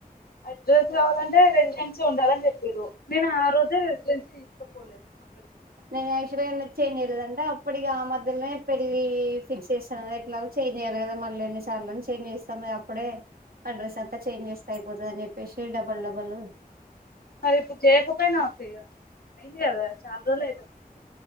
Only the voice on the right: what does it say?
నేను యాక్చువల్గా ఎ చేయిన్ చేయలేదుంట అప్పుటిక ఆ మధ్యనే పెళ్లి ఫిక్స్ చేస్తాను ఎట్లాగ చేయిన్ చేయాలి కదా మళ్ళీ ఎన్ని చార్ని చేం చేస్తాం అడే అడ్రెస్ అంతా చాన్జి చేస్తాయిపోదు అని పేషెట్ డబ్బల్ డబల్